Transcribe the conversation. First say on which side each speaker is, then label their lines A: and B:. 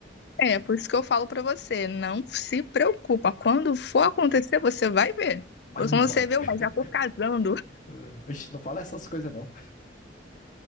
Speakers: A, on the left (about 65°); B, on the left (about 45°).
A: é, por isso que eu falo pra você, não se preocupa. Quando for acontecer, você vai ver.
B: Mas
A: Quando
B: não
A: você
B: vai.
A: vê,
B: <laughs>
A: ué, já tô casando, <laughs>
B: Ah, oxe, não fala essas coisas, não.